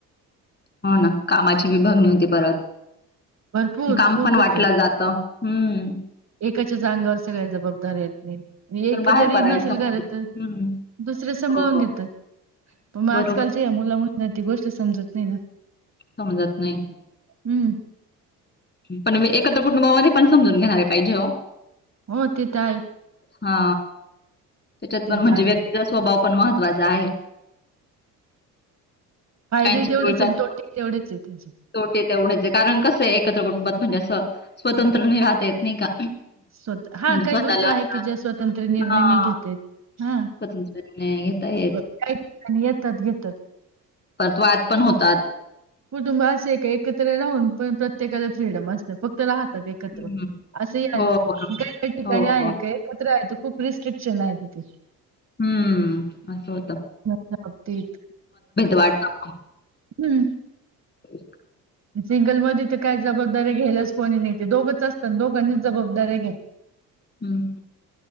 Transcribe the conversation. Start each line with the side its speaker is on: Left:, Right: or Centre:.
Left: हो ना, कामाची विभागणी होती परत,
Right: भरपूर
Left: काम
Right: खूप
Left: पण वाटलं
Right: होते.
Left: जात. हूम्.
Right: एकाच्याच अंगावर सगळ्या जबाबदार येत नाहीत.
Left: पण
Right: एक
Left: बाहेर
Right: जरी
Left: पडायचं
Right: नसेल घरात तर
Left: हम्म
Right: दुसरे सांभाळून
Left: हो
Right: घेतात, पण मग
Left: बरोबर
Right: आजकालच्या या मुला मुलींना ती गोष्ट समजत नाही ना.
Left: समजत नाही.
Right: हम्म
Left: पण मी एकत्र कुटुंबामध्ये पण समजून घेणारे पाहिजे ओ.
Right: हो ते तर आहे.
Left: हा त्याच्यात
Right: ते
Left: पण म्हणजे
Right: तर आहे.
Left: व्यक्तीचा स्वभाव पण महत्त्वाचा आहे.
Right: फायदे
Left: काहींचे
Right: ही तेवढेच
Left: गुळचाच
Right: आहेत आणि तोटेही तेवढेच आहेत त्याचे.
Left: तोटे तेवढेच आहे. कारण कसं आहे एकत्र कुटुंबात म्हणजे असं स्वतंत्र नाही राहता येत नाही का?
Right: स्वतः हा
Left: म्हणजे स्वतःला
Right: काही गोष्टी आहे
Left: असं
Right: की, ज्या स्वतंत्र निर्णय
Left: हां,
Right: नाही घेता येत. हा
Left: स्वतंत्र निर्णय घेता येत.
Right: काही ठिकाणी येतात घेतात.
Left: परत वाद पण होतात.
Right: कुटुंब असं आहे का एकत्र राहून पण प्रत्येकाला फ्रीडम असतं, फक्त राह तात एकत्र,
Left: हं.
Right: असं ही आहे,
Left: हो, बरोबर.
Right: काय काय ठिकाणी
Left: हो,
Right: आहे
Left: हो.
Right: का एकत्र आहे त खूप रिस्ट्रिक्शन आहे तिथे.
Left: हम्म, असं हो
Right: <unintelligible> बाबतीत,
Left: वाढतात.
Right: हम्म.
Left: <inaudible>
Right: अन सिंगलमध्ये तर काय जबाबदारी घ्यायलाच कोणी नाही, ते दोघंच असतात दोघांनीच जबाबदाऱ्या घ्या.
Left: हं.